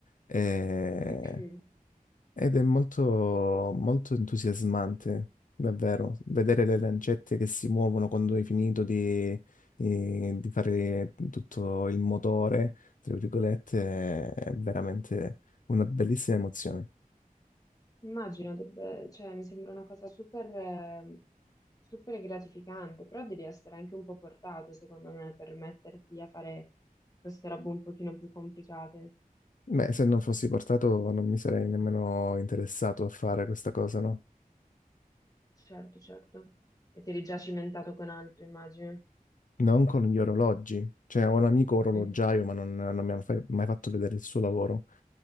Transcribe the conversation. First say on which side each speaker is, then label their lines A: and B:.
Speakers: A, on the left (about 60°); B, on the left (about 25°).
A: eh,
B: <clears throat>
A: ed è molto, molto entusiasmante, davvero, vedere le lancette che si muovono quando hai finito di, eh, di fare tutto il motore, tra virgolette, è veramente una bellissima emozione.
B: Immagino, debba- cioè, mi sembra una cosa super, eh, super gratificante, però devi essere anche un po' portato, secondo me, per metterti a fare queste robe un pochino più complicate.
A: Beh, se non fossi portato non mi sarei nemmeno interessato a fare questa cosa, no?
B: Certo, certo. E ti eri già cimentato con altro, immagino.
A: Non con gli orologi. Cioè, ho un amico orologiaio,
B: Mm,
A: ma non, non mi ha fai- mai fatto vedere il suo lavoro.